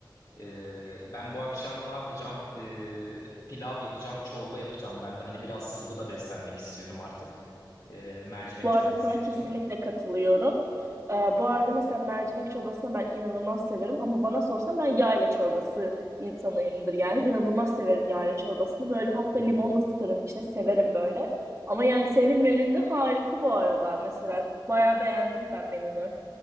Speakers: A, on the left; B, on the right.
A: Ee, ben bu akşam ne yapacağım? Ee, pilav yapacağım, çorba yapacağım. Ben de hani biraz sıvı da beslenmek istiyorum artık. Ee, mercimek
B: Bu
A: çorbası
B: arada sana
A: yapacağım.
B: kesinlikle katılıyorum. Ee, bu arada mesela mercimek çorbasını ben inanılmaz severim ama bana sorsan ben yayla çorbası insanıyımdır yani. İnanılmaz severim yayla çorbasını. Böyle hatta
A: Hı
B: limon
A: hı.
B: da sıkarım içine severim böyle. Ama yani senin menün de harika bu arada mesela. Bayağı beğendim ben menünü.